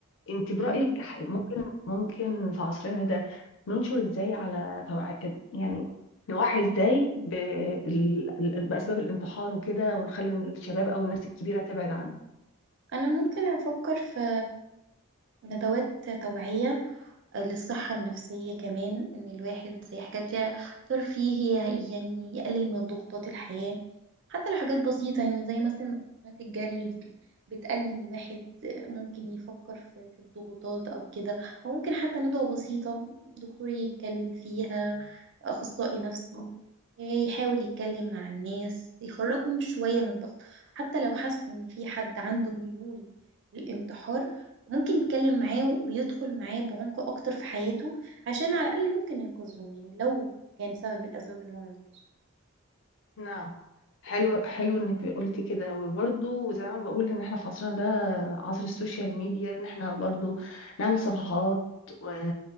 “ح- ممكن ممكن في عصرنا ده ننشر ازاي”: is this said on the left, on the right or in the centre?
Left